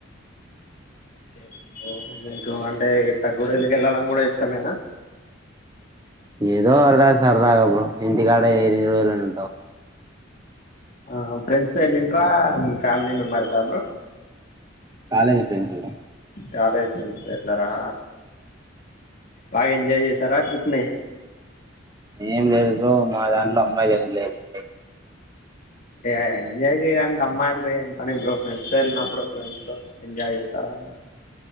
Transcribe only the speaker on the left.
ఓకే బ్రో ఇంగా ఎక్కువ పానీ టేక్ ఇట్ తగ్గుడోళ్లకి ఎల్లాలన్ గుడ ఇష్టమేనా
ఆహా ఫ్రెండ్స్ తో ఎల్లింట్రా మీ family members bro
college చూస్తే ఎట్ల రా? బాగా ఎంజాయ్ చేసారా ట్రిప్ ని?
టే ఎంజయ్ చేయడానికి, అమ్మాయిల్తో ఏం పని బ్రో ఫ్రెండ్స్ తో ఎల్నప్పుడు ఫ్రెండ్స్ తో ఎంజాయ్ చేస్తరా అన్